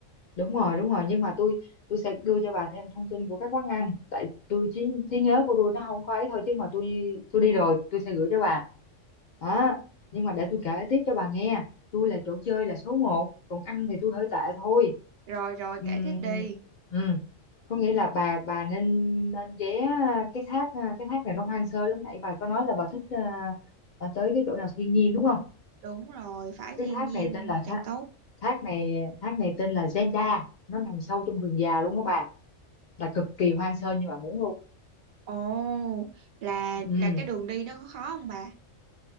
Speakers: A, on the left; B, on the right.
A: đúng rồi đúng rồi nhưng mà tôi tôi sẽ đưa cho bà thêm thông tin của các quán ăn tại tôi trí trí nhớ của tôi nó không có ấy thôi chứ mà tôi tôi đi rồi tôi sẽ gửi cho bà đó nhưng mà để tôi kể tiếp cho bà nghe tôi là chỗ chơi là số một còn ăn thì tôi hơi tệ thôi
B: Rồi rồi
A: Ừm,
B: kể tiếp đi.
A: ừm, có nghĩa là bà bà nên nên ghé cái thác cái thác này nó hoang sơ lắm nãy bà có nói là bà thích à, à, tới cái chỗ nào thiên nhiên đúng không
B: Đúng rồi, phải
A: cái
B: thiên
A: thác
B: nhiên
A: này tên là
B: càng
A: thác
B: tốt.
A: thác này thác này tên là Zenda nó nằm sâu trong rừng già luôn các bạn là cực kỳ hoang sơ như bạn muốn luôn
B: Ồ, là
A: ừ.
B: là cái đường đi nó có khó không bà?